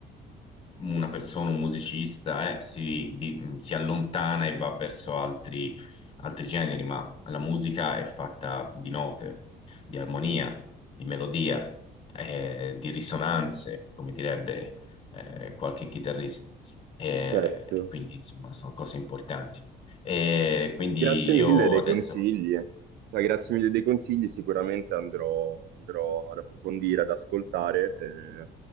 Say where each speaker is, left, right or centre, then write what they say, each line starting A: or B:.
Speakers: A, on the left; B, on the right.
A: una persona, un musicista, eh, si, di- si allontana e va verso altri, altri generi, ma la musica è fatta di note, di armonia, di melodia, eh, di risonanze, come direbbe, eh, qualche chitarrista. Eh,
B: certo.
A: quindi, insomma, sono cose importanti. E quindi
B: Grazie
A: io
B: mille dei
A: adesso,
B: consigli. Cioè, grazie mille dei consigli, sicuramente andrò, andrò ad approfondire, ad ascoltare. eh,